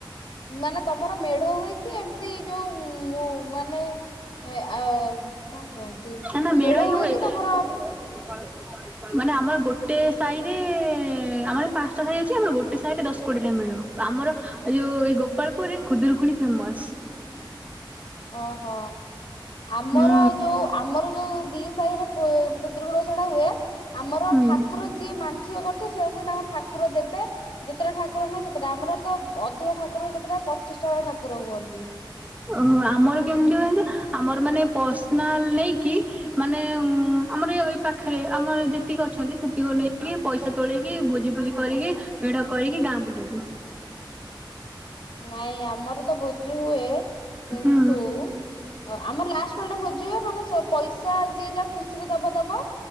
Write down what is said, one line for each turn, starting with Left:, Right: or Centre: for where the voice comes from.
Left: ମାନେ ତମର ମେଢ ହୁଏ କି? ଏମତି ଯୋଉ ମୁ ମାନେ ଏ ଆ କଣ କୁହନ୍ତି?
Right: ନା ନା
Left: ମେଢ
Right: ହିଁ
Left: ହୁଏ କି ତମର
Right: <inaudible> ମାନେ ଆମର ଗୋଟେ ସାହି ରେ, ଆମର ପାଞ୍ଚଟା ସାହି ଅଛି। ଆମର ଗୋଟେ ସାହି ରେ ଦଶ କୋଡିଏ ଟା ମେଢ଼। ଆମର ଏ ଯୋଉ, ଏଇ ଗୋପାଳପୁରରେ ଖୁଦୁରୁକୁଣି ଫେମସ।
Left: ଓହୋ ଆମର
Right: ହୁଁ
Left: ଯୋଉ ଆମର ଯୋଉ? ଦି ସାହିରେ ଖୁଦୁରୁକୁଣୀ ଓଷାଟା ହୁଏ। ଆମର
Right: ହୁଁ
Left: ଠାକୁର ଯିଏ ମାାନସିକ କରି ସେ ଅନୁସାରେ ତାଙ୍କର ଠାକୁର ଦେବେ। ଯେତେଟା ଠାକୁର ନାହିଁ, ସେତେଟା। ଆମର ତ ଅଧିକ ଠାକୁର ହୁଏ। କେତେଟା ପଚିଶ ଟା ଠାକୁର ହୁଅନ୍ତି।
Right: ଓହୋ ଆମର କେମିତି ହୁଏ ଜାଣିଚ ଆମର ମାନେ ପର୍ସନାଲ ନେଇକି ମାନେ ଉ ଆମର ଏ ଏଇ ପାଖରେ ଆମର ଯେତିକି ଅଛନ୍ତି, ସେତିକି ନେଇକି ପଇସା ତୋଳେଇକି ଭୋଜି ଭୋଜି କରିକି ମେଢ କରିକି ଗାଁ ବୁଲନ୍ତି।
Left: ନାଇଁ ଆମର ତ ଭୋଜି ହୁଏ, କିନ୍ତୁ
Right: ହୁଁ
Left: ଓ ଆମର ଲାଷ୍ଟ ପାଳି ଟା ଭୋଜିହୁଏ। ମାନେ ପଇସା ଯିଏ ଯାହା ଖୁସିରେ ଦବ ଦବ